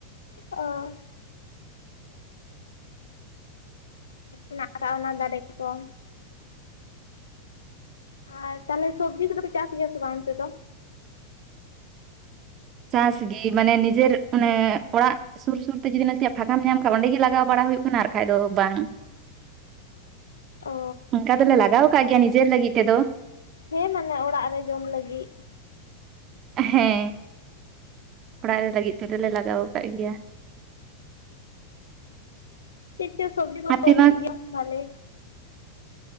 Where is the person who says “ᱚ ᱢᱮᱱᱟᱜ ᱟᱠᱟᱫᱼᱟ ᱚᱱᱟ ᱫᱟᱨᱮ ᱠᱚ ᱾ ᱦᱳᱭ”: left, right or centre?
Left